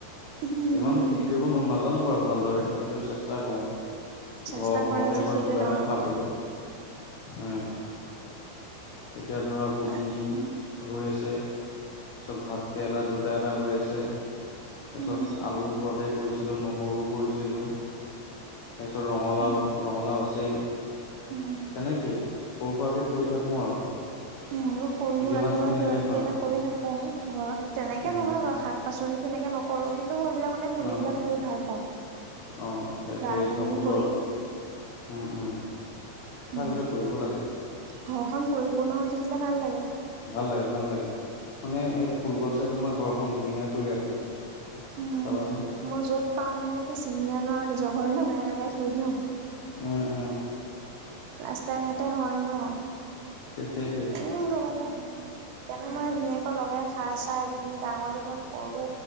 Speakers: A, on the right (about 75°); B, on the left (about 80°).
A: উম
B: ইমান খেতি কৰিব নাজানো বাৰু ভালদৰে কিন্তু চেষ্টা কৰো
A: চেষ্টা
B: ঘৰ-ঘৰতে
A: কৰা যে
B: হোৱা
A: সেইটোৱে
B: কিবা
A: ডাঙৰ
B: এটা খাবলৈ
A: কথা
B: উম এতিয়া ধৰা বডি
A: বা উম
B: হৈ আছে তাৰপিছত ভাত কেৰেলা দুটা এটা হৈ আছে। তাৰপিছত
A: উম,
B: আলু ঘৰতে কৰিছিলো নহৰু কৰিছিলো তাৰপিছত ৰঙালাও-ৰঙালাও
A: উম,
B: আছেই
A: উম।
B: তেনেকেই সৰু সুৰাকে কৰি থাকো আৰু
A: মইও সৰু সুৰাকে
B: যিমান খিনিলৈকে
A: বাৰু কিবা কিবি
B: পাৰো
A: এটা কৰি থাকোঁ ঘৰত তেনেকে
B: উম।
A: নহয় বাৰু শাক পাচলি তেনেকে নক কৰো কিন্তু মই এইবিলাক মানে
B: অ',
A: পুলিবিলাক ৰুই ভাল পাওঁ
B: অ', এ হেৰি
A: গাৰ্ডেনিং
B: ধৰা ফুলৰ
A: কৰি।
B: উম উম ভাল
A: উম,
B: এইবিলাক কৰিব লাগে।
A: ঘৰখন পৰিপূৰ্ণ হৈ থাকিলে ভাল লাগে।
B: ভাল লাগে ভাল লাগে মানে এই ফুল গছে তোমাৰ ঘৰখন ধুনীয়া কৰি ৰাখে।
A: উম।
B: চাবাচোন।
A: মই য'ত পাওঁ মানে একে চিঙি আনো আৰু নিজৰ ঘৰত লগাই লগাই থৈ দিওঁ।
B: উম উম।
A: ৰাস্তাই ঘাটে হয় ন।
B: সেইটোৱে
A: <unintelligible> মই ধুনীয়াকৈ লগাই সাৰ চাৰ দি ডাঙৰ দীঘল কৰো।